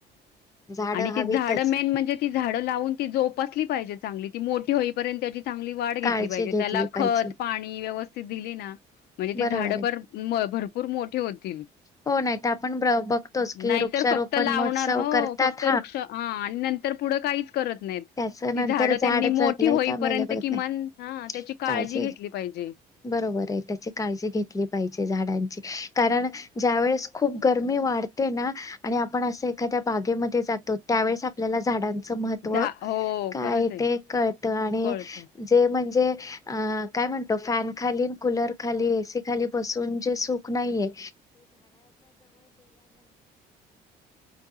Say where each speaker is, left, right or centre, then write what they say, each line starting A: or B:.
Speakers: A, on the left; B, on the left.
A: झाडं
B: आणि ती
A: हवीतच
B: झाड मेन म्हणजे ती झाडं लावून ती जोपासली पाहिजेत. चांगली ती मोठी होईपर्यंत त्याची चांगली वाढ घेतली
A: काळजी
B: पाहिजे
A: घेतली
B: त्याला खत
A: पाहिजे
B: पाणी व्यवस् दिली ना म्हणजे ते
A: बरोबर
B: झाड
A: आहे.
B: पार भरपूर मोठे होतील
A: हो नाही तर आपण ब बघतोच की
B: नाहीतर
A: वृक्षारोपण
B: फक्त लावणार
A: महोत्सव
B: हो
A: करतात
B: फक्त वृक्ष हा तर पुढं काहीच करत नाहीत.
A: त्याच नंतर
B: ती झाडं
A: झाड
B: त्यांनी मोठी
A: जगलंय
B: होईपर्यंत
A: का मेले बघत
B: किमान
A: नाही
B: हा त्याची
A: काळजी
B: घेतली पाहिजे.
A: बरोबर आहे त्याची काळजी घेतली पाहि कारण ज्या वळेस खूप गरमी वाढते ना आणि आपण अस एखाद्या बागेमध्ये जातो त्यावेळेस आपल्याला झाडां महत्त्व.
B: झा हो
A: काय
B: खरंच आहे
A: ते कळत आणि
B: कळत
A: जे म्हणजे अ काय म्हणतो फॅन खाली कूलर खाली एसी खाली बसून जे सूख नाहीये